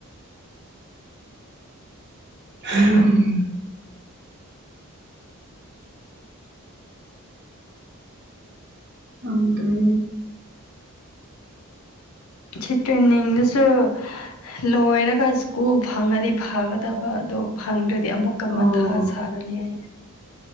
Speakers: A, on the right; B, on the left.
A: ꯎꯝ ꯑꯗ꯭ꯔꯦ
B: ꯁꯤ ꯇ꯭ꯔꯦꯟꯅꯤꯡꯗꯁꯨ ꯂꯣꯏꯔꯒ ꯁ꯭ꯀꯨꯜ ꯐꯪꯉꯗꯤ ꯐꯒꯗꯕ ꯑꯗꯣ ꯐꯪꯗ꯭ꯔꯗꯤ ꯑꯃꯨꯛ ꯀ
A: ꯑꯣ
B: ꯃꯊꯥ ꯁꯥꯔꯅꯤ ꯑꯩ